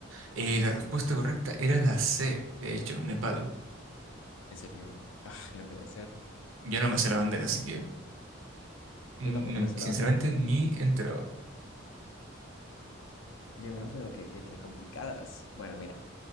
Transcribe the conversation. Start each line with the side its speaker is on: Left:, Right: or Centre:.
Right: eh, la respuesta correcta era la C, de hecho, Nepal.
Left: ¿En serio? Ah, no puede ser.
Right: Yo no me sé la bandera, así que n-
Left: Yo tampoco
Right: n-
Left: me sé la
Right: sinceramente
Left: bandera.
Right: ni enterado.
Left: Oye, no, pero qué, qué, qué complicadas. Bueno, mira,